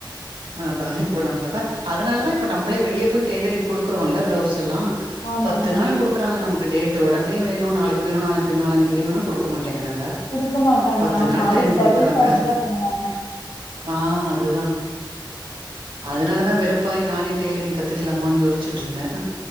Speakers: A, on the right; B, on the left.
A: அதான் ப்ப நம்மதான் அதனால தா இப்ப நம்மளே வெளிய போய் டெ்லரிங் குடுக்றோம்ல்ல பிளவுஸ் எல்லாம்
B: ஆமாங்க
A: பத்து நாள் குடுக் குறாங்க நமக்கு டேட்டு ஒடனே வேணும் நாளைக்கு வேணும் நாளைக்கு நாளான்னைக் வேணுனா கொடுக்க மாட்டேங்கிறாங்க
B: குடுக்க மாட்டாங்க
A: பத்து
B: ஆமா
A: நாள்
B: அதுக்கு
A: டைம் குடுக்குறாங்க
B: டபுள் சார்ஜ் தான் பண்ணுவாங்க
A: ஆ அதுதான் அதனாலதான்
B: சேரி
A: வெறுப் பாயி நானே டெய்லரிங் கத்துக்கலாமான்னு யோசிச்சட்டு இருந்தேன்